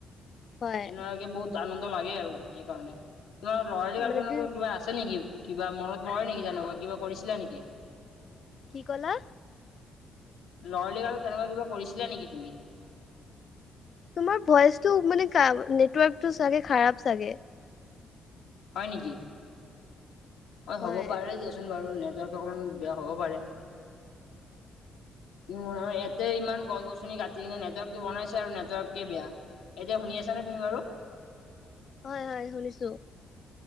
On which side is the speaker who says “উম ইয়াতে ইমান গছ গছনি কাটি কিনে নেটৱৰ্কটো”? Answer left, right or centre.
Left